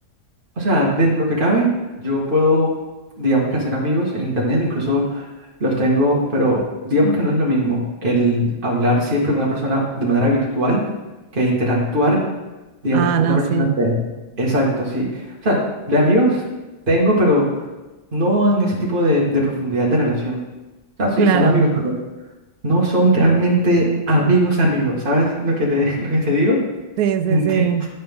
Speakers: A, on the right (about 35°); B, on the right (about 75°).
A: o sea, dentro de lo que cabe, yo puedo, digamos que hacer amigos en internet, incluso los tengo, pero digamos que no es lo mismo el hablar siempre con una persona de manera virtual que interactuar, digamos,
B: Ah,
A: con
B: no,
A: una persona
B: sí,
A: real. Exacto, sí. O sea, de amigos tengo, pero no en ese tipo de, de profundidad de relación. O sea, sí,
B: claro,
A: son amigos, pero no son realmente amigos amigos. ¿Sabes lo que te, <laughs> lo que te digo?
B: sí, sí,
A: ¿Entiendes?
B: sí.